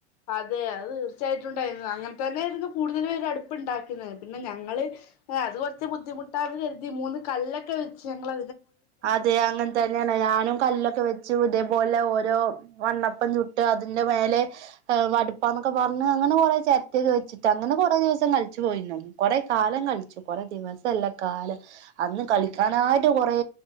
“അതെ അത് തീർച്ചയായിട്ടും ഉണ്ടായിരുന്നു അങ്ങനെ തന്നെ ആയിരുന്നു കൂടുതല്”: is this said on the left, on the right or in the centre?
Left